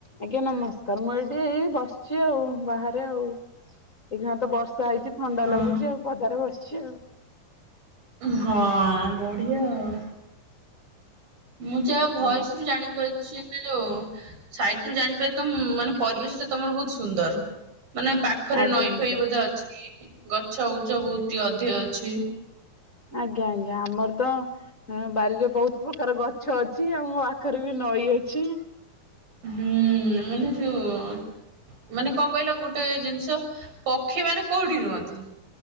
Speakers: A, on the left; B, on the right.
A: ଆଜ୍ଞା ନମସ୍କାର, ମୁଁ ଏଇଠି ଏଇ ବସିଚି, ଆଉ ବାହାରେ ଆଉ ଏଇଖା ତ ବର୍ଷା ହେଇଚି ଥଣ୍ଡା
B: ହଁ
A: ଲାଗୁଚି, ଆଉ ପଦାରେ ବସିଚି ଆଉ।
B: ହଁ ବଢିଆ ଆଉ। ମୁଁ ଯାହା ଭଏସରୁ
A: ହଁ
B: ଜାଣିପାରୁ ଯୋଉ ସାଇଟରୁ ଜାଣିପାରୁଚି ମାନେ ପରିବେଶଟା ତମର ବହୁତ ସୁନ୍ଦର। ମାନେ ପାଖରେ
A: ଆଜ୍ଞା
B: ନଈ
A: ଆଜ୍ଞା
B: ଫଇ ବୋଧେ ଅଛି, ଗଛ ଉଛ ବୋହୁତ ଅଧିକ ଅଛି।
A: ଆଜ୍ଞା ଆଜ୍ଞା ଆମର ତ ବାରିରେ ବୋହୁତ ପ୍ରକାର ଗଛ ଅଛି ଆମ ପାଖରେ ବି ନଈ ଅଛି।
B: ହୁଁ ମାନେ ଯୋଉ ଓ ମାନେ କଣ କହିଲ ଗୋଟେ ଜିନିଷ ପକ୍ଷୀମାନେ କୋଉଠି ରୁହନ୍ତି?